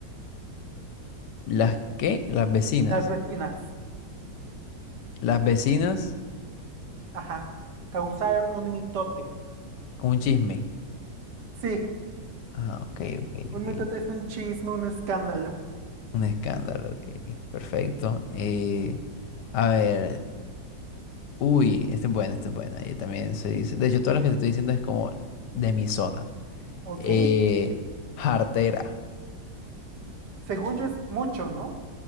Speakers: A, on the left; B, on the right.
A: ¿Las qué? Las vecinas.
B: Las vecinas,
A: Las vecinas
B: ajá, causaron un mitote.
A: con un chisme.
B: Sí,
A: Ah, ok, ok,
B: un
A: ok.
B: mitote es un chisme, un escándalo,
A: Un escándalo, ok. Perfecto. Eh, a ver. Uy, este es bueno, este es bueno. Yo también se dice. De hecho, todas las que te estoy diciendo es como de mi zona.
B: ¿ok?
A: Eh, jartera.
B: Según yo es mucho, ¿no?